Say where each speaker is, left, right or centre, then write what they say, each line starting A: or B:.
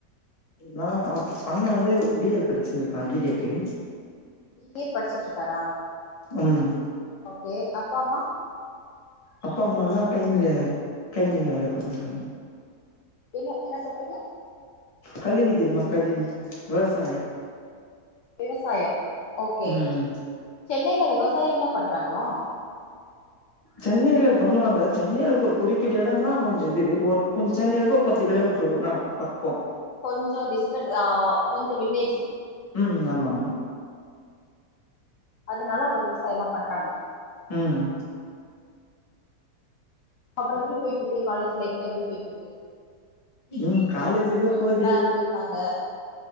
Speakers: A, on the left; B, on the left.
A: நான் அண்ணன் வந்து பி எல் படிச்சுன்னு இருக்கான் அட்வகேட்டு
B: பி ஏ படிச்சுட்டு இருக்காரா
A: ம்
B: ஓகே அப்பா அம்மா
A: அப்பா அம்மாலாம் கைனீல கைனீல வேலை பாக்கறாங்க
B: என்ன என்ன சொல்றீங்க
A: கல்லினி தெரியுமா கல்லினி விவசாயம்
B: விவசாயம் ஓகே
A: ம்
B: சென்னையில விவசாயம்ல்லாம் பண்றாங்களா
A: சென்னையில பண்ணுவாங்க சென்னையில ஒரு குறிப்பிட்ட இடம் தான் கொஞ்சம் இது ஒரு கொஞ்சம் சென்னையில இருந்து ஒரு பத்து கிலோமீட்டர் வரும் நாங்க பக்கம்
B: கொஞ்சம் டிஸ்டன் ஆ கொஞ்சம் வில்லேஜு
A: ம் ஆமாமா
B: அதனால அங்க விவசாயம் எல்லாம் பண்றாங்க
A: ம்
B: அப்புறம் எப்படி போயிட்ருக்கு இருக்கு காலஜ் லைஃப்லாம் எப்புடி போயிட் ருக்கு
A: ம் காலேஜ் ஏதோ
B: ஃப்ரெண்ட்ஸ்
A: போது
B: எல்லாம் எப்படி இருக்காங்க